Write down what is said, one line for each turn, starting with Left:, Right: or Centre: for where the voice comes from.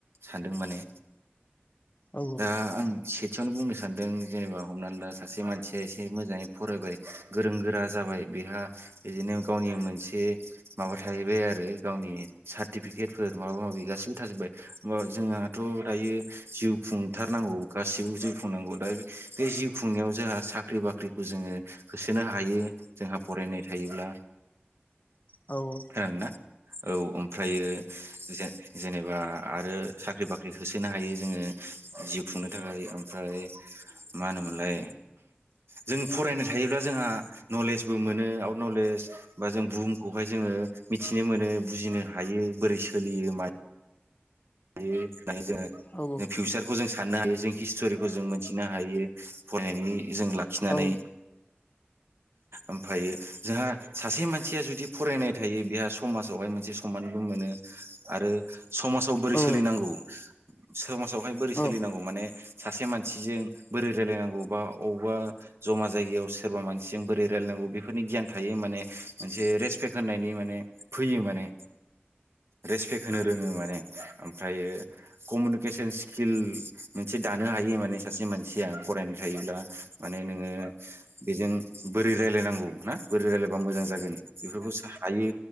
Right: सानदोंमोन। माने
Left: औ
Right: दा आं खेथियावनो बुंनो सानदों जेनेबा हमनानै ला सासे मानसिया एसे मोजाङै फरायबाय गोरों गोरा जाबाय बेहा बिदिनो गावनि मोनसे माबा थाहैबाय आरो गावनि सार्टिफिकेट। फोर माबा माबि गासिबो थाजोब्बाय हा जोंहाथ' दायो जिउ खुंथारनांगौ गासिबो जिउ खुंनांगौ दा बे जिउ खुंनायाव जोंहा साख्रि बाख्रिखौ जोङो होसोनो हायो जोंहा फरायनाय
Left: औ
Right: खोनादोंना औ ओमफ्रायो जेन-जेनेबा आरो साख्रि बाख होसोनो हायो जोङो जिव खुंनो थाखाय ओमफ्राय मा होनोमोनलाय जों फरायनो थायोब्ला जोंहा नलेजबो मोनो आउट नलेज बा जों बुहुमखौहाय जोङो मिथिनो मोनो बुजिनो हायो। बोरै सोलियो माइ हायो होननानै जोङो
Left: औ
Right: फिउचार बिखौ जों साननो हायो जों हिस्ट'रिखौ जों मोनथिनो हायो फरायनायनि जों लाखिनानै
Left: औ
Right: ओमफ्रायो जोंहा सासे मानसिया जुदि फरायनाय थायो बेहा समाजावहाय मोनसे सनमानबो मोनो आरो समाज बोरै
Left: औ
Right: सोलिनांगौ सोमाजावहाय बोरै
Left: औ
Right: सोलिनांगौ माने सासे मानसिजों बोरै रायलायनांगौ बा अबा जमा जायगायाव सोरबा मानसिजों बोरै रायलायनां गौ बेफोरनि गियान थायो माने मोनसे रेसपेक्ट होननि माने फैयो माने रेसपेक्ट होनो रोङो माने ओमफ्रायो कमिउनिकेसन स्किल मोनसे दानो हायो माने सासे मानसिया। फरायनाय थायोब्ला माने नोङो बेजों बोरै रायायनांगौ ना बोरै रायलायबा मोजां जागोन बेफोरखौ सा हायो